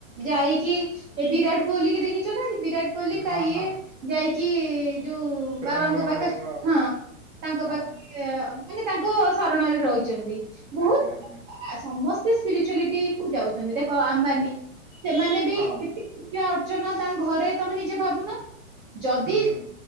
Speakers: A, on the right; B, on the right.
A: ଯାଇକି ଏ ବିରାଟ କୋହଲି କି ଦେଖିଛ ନା ବିରାଟ କୋହିଲି ତା
B: ହଁ
A: ଇଏ
B: ହଁ
A: ଯାଇକି ଯୋଉ
B: ପ୍ରେମାନନ୍ଦ
A: ବାବାଙ୍କ
B: ମହାରାଜଙ୍କ
A: ପାଖରେ ହଁ ତାଙ୍କ
B: ହଁ
A: ପାଖରେ ମାନେ ତାଙ୍କ ଶରଣରେ ରହିଛନ୍ତି ବହୁତ
B: ଆଜ୍ଞା ଆଜ୍ଞା
A: ଆ ସମସ୍ତେ ସ୍ପିରିଚୁଆଲିଟିକୁ ଯାଉଛନ୍ତି ଦେଖ ଆମ୍ବାନୀ
B: ଆଜ୍ଞା
A: ସେମାନେ ବି
B: ହଁ
A: କେତେ ପୂଜା ଅର୍ଚ୍ଚନା ତାଙ୍କ ଘରେ ତମେ ନିଜେ ଭାବୁନ ଯଦି
B: ହୁଁ ହୁଁ